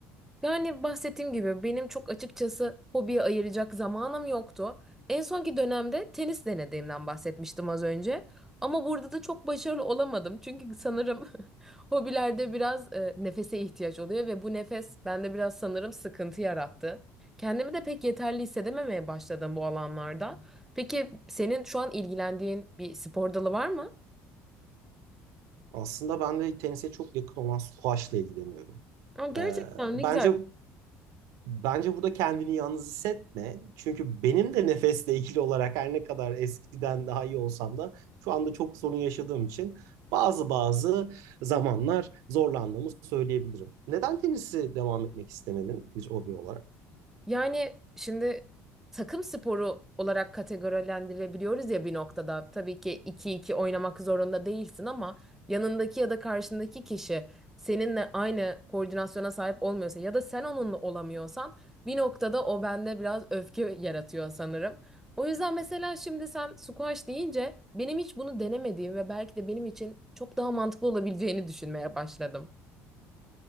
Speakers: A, in the centre; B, on the right.
A: Yani bahsettiğim gibi benim çok açıkçası hobiye ayıracak zamanım yoktu. En sonki dönemde tenis denediğimden bahsetmiştim az önce. Ama burada da çok başarılı olamadım. Çünkü sanırım <laughs> hobilerde biraz e, nefese ihtiyaç oluyor ve bu nefes bende biraz sanırım sıkıntı yarattı. Kendimi de pek yeterli hissedememeye başladım bu alanlarda. Peki senin şu an ilgilendiğin bir spor dalı var mı?
B: Aslında ben de tenise çok yakın olan squash'la ilgileniyorum.
A: Aa, gerçekten
B: Ee, bence
A: ne güzel.
B: bence burada kendini yalnız hissetme. Çünkü benim de nefesle ilgili olarak her ne kadar eskiden daha iyi olsam da şu anda çok sorun yaşadığım için bazı bazı zamanlar zorlandığımı söyleyebilirim. Neden tenisi devam etmek istemedin bir hobi olarak?
A: Yani şimdi takım sporu olarak kategorilendirebiliyoruz ya bir noktada. Tabii ki iki iki oynamak zorunda değilsin ama yanındaki ya da karşındaki kişi seninle aynı koordinasyona sahip olmuyorsa ya da sen onunla olamıyorsan bir noktada o bende biraz öfke yaratıyor sanırım. O yüzden mesela şimdi sen squash deyince benim hiç bunu denemediğim ve belki de benim için çok daha mantıklı olabileceğini düşünmeye başladım.